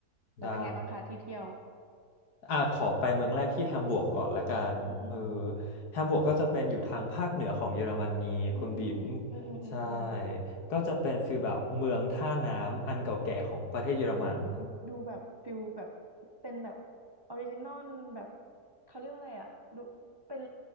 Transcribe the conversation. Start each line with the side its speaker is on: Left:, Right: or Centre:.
Right: แล้วเป็นไงบ้างคะที่เที่ยว
Left: ได้ อ่าขอไปเมืองแรกที่แฮมบูร์กก่อนละกันเออ
Right: อืมอืมอืม
Left: แฮมบูร์กก็จะเป็นอยู่ทางภาคเหนือของเยอรมนีคุณบิ๋ม
Right: อืมอืมอืมอืมอืม
Left: ใช่ก็จะเป็นฟีลแบบเมืองท่าน้ำอันเก่าแก่ของประเทศเยอรมัน
Right: อ๋อโอ้ดูแบบฟิลแบบเป็นแบบออริจินอลแบบเขาเรียกว่าอะไรอ่ะดูเป็น